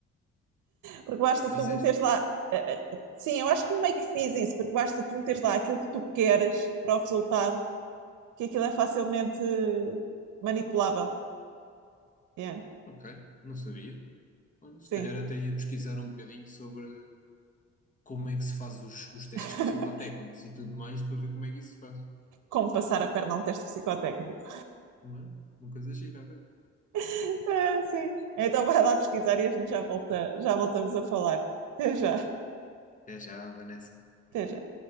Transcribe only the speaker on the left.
Fizeste?
Ok, não sabia. Olha, se
calhar até ia pesquisar um bocadinho sobre como é que se faz os, os testes
psicotécnicos e tudo mais para ver como é que isso se faz,
não é? Uma coisa gira, a ver.
Até já, Vanessa.